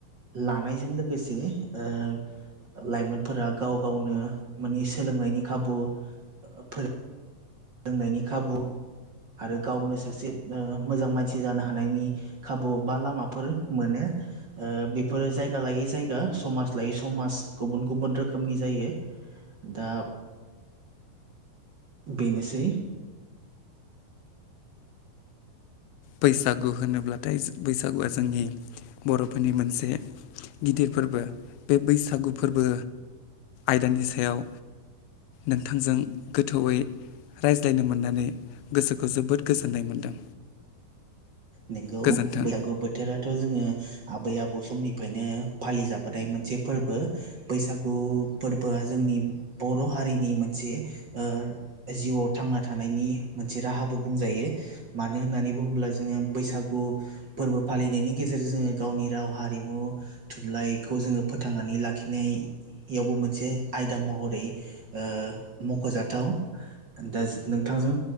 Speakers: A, on the right (about 45°); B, on the left (about 85°).
A: लानायजों लोगोसे ओ लाइमोनफोरा गाव गावनो मानि सोलोंनायनि खाबु ओ फोरों रोंनायनि खाबु आरो गावनो सासे ओ मोजां मानसि जानो हानायनि खाबु बा लामाफोर मोनो। ओ बेफोरो जायगा लायै जायगा समाज लायै समाज गुबुन गुबुन रोखोमनि जायो। दा बेनोसै।
B: बैसागु होनोब्लाथाय जों बैसागुआ जोंनि बर'फोरनि मोनसे गिदिर फोरबो बे बैसागु फोरबो आयदानि सायाव नोंथांजों गोथौयै, रायज्लायनो मोननानै गोसोखौ जोबोद गोजोननाय मोनदों।
A: नोंगौ
B: गोजोन्थों
A: बैसागु बोथोराथ' जोङो आबै आबौ समनिफायनो फालिजाबोनाय मोनसे फोरबो। बैसागु फोरबोआ जों नि बर' हारिनि मोनसे ओ जिउआव थांना थानायनि मोनसे राहाबो बुंजायो। मानो होननानै बुङोब्ला जोङो बैसागु फोरबो फालिनायनि गेजेरजों जोङो गावनि राव, हारिमु, थुनलाइखौ जोङो, फोथांनानै लाखिनाय एयावबो मोनसे आयदा महरै ओ मख'जाथाव दा <unintelligible> नोंथांजों